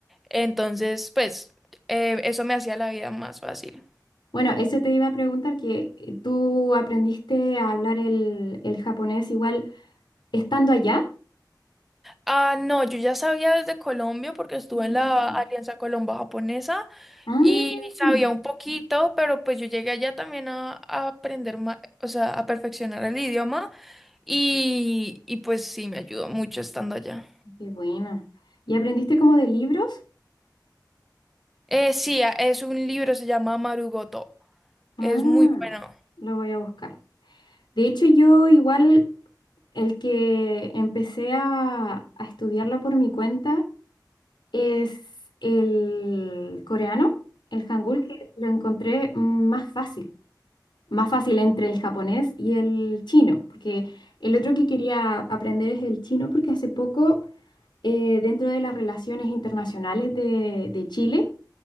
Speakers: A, in the centre; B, on the left.
A: Entonces, pues eh, eso me hacía la vida más fácil.
B: Bueno, eso te iba a preguntar, que eh, tú aprendiste a hablar el, el japonés igual estando allá.
A: Ah, no, yo ya sabía desde Colombia porque estuve
B: mm.
A: en la Alianza Colombo-Japonesa
B: Ah,
A: y sabía un poquito, pero pues yo llegué allá también a, a aprender más, o sea, a perfeccionar el idioma y, y pues sí, me ayudó mucho estando allá.
B: qué buena. ¿Y aprendiste como de libros?
A: Eh, sí, a- es un libro, se llama Marugoto.
B: Ah,
A: Es muy bueno.
B: lo voy a buscar. De hecho, yo igual el que empecé a, a estudiarlo por mi cuenta es el coreano, el hangul, que lo encontré más fácil, más fácil entre el japonés y el chino, porque el otro que quería aprender es el chino, porque hace poco, eh, dentro de las relaciones internacionales de, de Chile,